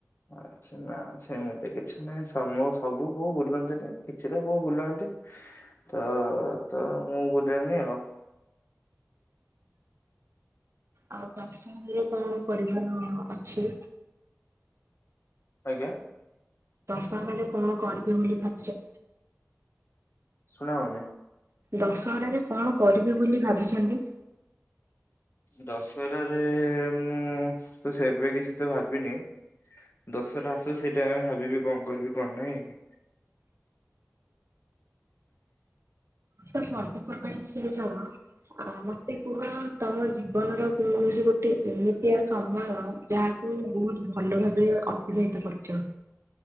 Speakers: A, on the left; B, on the right.
A: ହଁ। ନା ସେମିତି କିଛି ନାହିଁ, ମୋ ସବୁ ପୁଅ ବୁଲନ୍ତି ନାଇ କିଛିଟା ପୁଅ ବୁଲନ୍ତି। ତ ତ ମୁଁ ବୁଲେନି ଆଉ।
B: ଆଉ ଦଶମ ପରେ କଣ କରିବାର ଅଛି?
A: ଆଜ୍ଞା?
B: ଦଶମ ପରେ କଣ କରିବ ବୋଲି ଭାବୁଛ?
A: ଶୁଣାହଉନି।
B: ଦଶହରାରେ କଣ କରିବ ବୋଲି ଭାବିଛନ୍ତି?
A: ଦଶହରାରେ ମୁଁ ତ ସେବେ କିଛି ତ ଭାବିନି। ଦଶହରା ଆସୁ ସେଇ ଟାଇମ ରେ ଭାବିବି କଣ କରିବି କଣ ନାହିଁ।
B: ତମେ ପର୍ଵ ପର୍ବାଣୀ ବିଷୟ ରେ ଛାଡ। ଆ ମତେ କୁହ ତମ ଜୀବନର କୌଣସି ଗୋଟେ ଗୋଟେ ଏମିତିଆ ସମୟ ଯାହାକୁ ବହୁତ ଭଲ ଭାରେ ଅତିବାହିତ କରୁଛ।